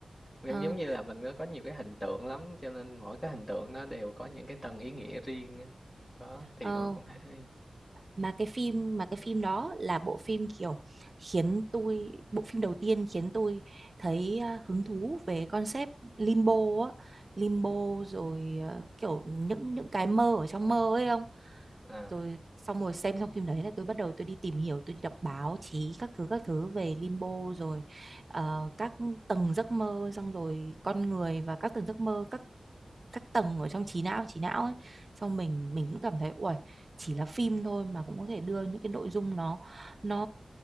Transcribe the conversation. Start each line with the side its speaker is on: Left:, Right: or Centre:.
Left: Vì
Right: Ờ,
Left: giống như là mình có có nhiều cái hình tượng lắm cho nên mỗi cái hình tượng nó đều có những cái tầng ý nghĩa riêng á. đó thì
Right: ờ,
Left: tôi cũng thấy hay
Right: mà cái phim mà cái phim đó là bộ phim kiểu khiến tôi bộ phim đầu tiên khiến tôi thấy à, hứng thú về concept limbo á limbo rồi à, kiểu những những cái mơ ở trong mơ ấy không
Left: à
Right: rồi xong rồi xem xong phim đấy là tôi bắt đầu tôi đi tìm hiểu tôi đi đọc báo chí các thứ các thứ về limbo rồi ờ, các tầng giấc mơ xong rồi con người và các tầng giấc mơ các các tầng ở trong trí não trí não ấy cho mình mình cũng cảm thấy uầy chỉ là phim thôi mà cũng có thể đưa những cái nội dung nó nó